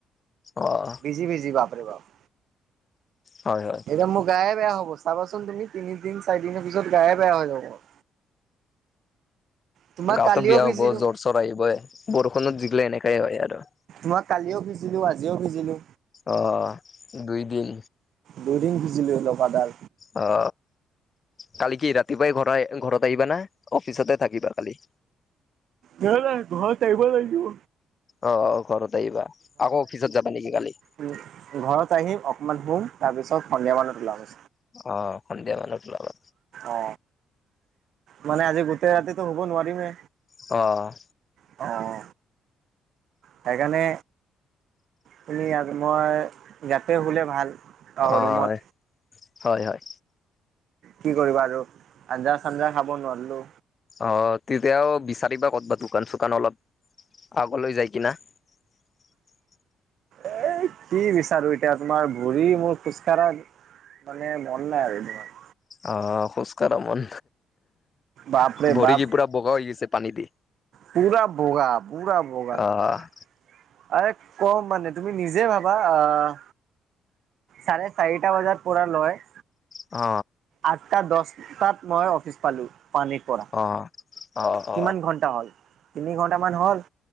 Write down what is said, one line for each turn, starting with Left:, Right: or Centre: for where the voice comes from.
Left: অ',
Right: ভিজি - ভিজি বাপৰে বাপ।
Left: হয় - হয়।
Right: এতিয়া মোৰ গায়ে বেয়া হ'ব চাবাচোন তুমি তিনিদিন চাৰিদিনৰ পিছত গায়ে বেয়া হৈ যাব। তোমাক
Left: গাৱতো
Right: কালিও
Left: বেয়া
Right: ভিজিলো
Left: হ'ব জ্বৰ চৰ আহিবই বৰষুণত ভিজিলে এনেকাই হয় আৰু।
Right: মই কালিও ভিজিলো আজিও ভিজিলো।
Left: অ, দুইদিন।
Right: দুই দিন ভিজিলো লগাতাৰ।
Left: অ কালি কি ৰাতিপুৱাই ঘৰ ঘৰত আহিবা না অফিচতে থাকিবা কালি
Right: নাই নাই ঘৰত আহিব লাগিব
Left: অ অ ঘৰত আহিবা আকৌ অফিচত যাবা নেকি কালি?
Right: উ ঘৰত আহিম অকমান শুম তাৰ পিছত সন্ধিয়া মানত ওলাম।
Left: অ, সন্ধিয়া মানত ওলাবা।
Right: অ, মানে আজি গোটেই ৰাতিটো শুব নোৱাৰিমে।
Left: অ',
Right: অ', সেইকাৰণে তুমি ইয়াত মই ইয়াতে শুলে ভাল আৰু
Left: হয়
Right: ৰুমত
Left: হয় হয়
Right: কি কৰিবা আৰু আঞ্জা চাঞ্জা খাব নোৱাৰিলো।
Left: অ তেতিয়াও বিচাৰিবা ক'তবা দোকান চোকান অলপ আগলৈ যায় কিনা <unintelligible>
Right: এ কি বিচাৰো এতিয়া তোমাৰ ভৰি মোৰ খোজকাঢ়া মানে মন নাই আৰু তোমাৰ
Left: অ খোজকাঢ়া মন
Right: বাপৰে
Left: ভৰি
Right: বাপ
Left: কি পুৰা বগা হৈ গৈছে পানী দি
Right: পুৰা বগা পুৰা বগা
Left: অ
Right: তোমাৰ আৰে কম মানে তুমি নিজে ভাবা আহ চাৰে চাৰিটা বজাত পুৰা লয়
Left: অ
Right: আঠটা দহটাত মই অফিচ পালো পানীৰ পৰা
Left: অ অ অ
Right: কিমান ঘন্টা হ'ল তিনি ঘণ্টামান হ'ল